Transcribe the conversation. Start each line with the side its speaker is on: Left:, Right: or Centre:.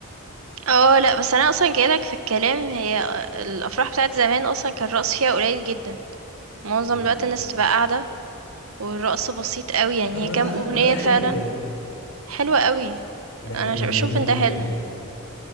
Right: اه لا بس انا اصلا جايلك في الكلام هي الافراح بتاعت زمان اصلا كان الرقص فيها قليل جدا معظم
Left: مم.
Right: الوقت الناس تبقى قاعده والرقص بسيط قوي يعني
Left: طب ما
Right: هي كام
Left: ده
Right: اغنيه
Left: ما ده حلو
Right: فعلا
Left: ده
Right: حلوه قوي
Left: ده كان
Right: انا ش- بشوف
Left: جميل
Right: ان
Left: جدا
Right: ده حلو
Left: يعني